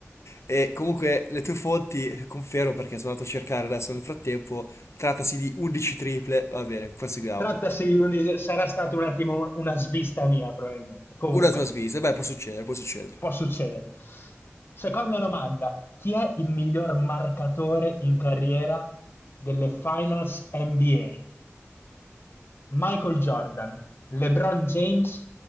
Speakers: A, on the left (about 70°); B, on the left (about 50°).
A: E comunque le tue fonti, confermo perché sono andato a cercare adesso nel frattempo, trattasi di 11 triple. Va bene, proseguiamo.
B: Trattasi di un dis- sarà stato un attimo un- una svista mia, probabilmente. Comunque,
A: Una tua svista, beh, può succedere, può succedere.
B: può succedere. Seconda domanda: chi è il miglior marcatore in carriera delle Finals NBA? Michael Jordan, LeBron James,